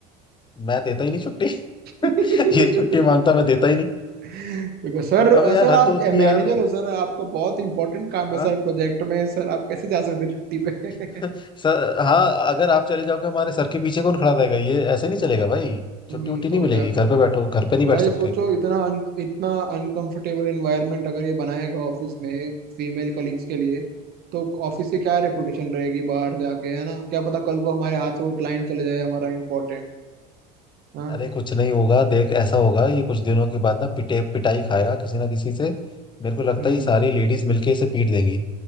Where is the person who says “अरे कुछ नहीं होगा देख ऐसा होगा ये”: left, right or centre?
Left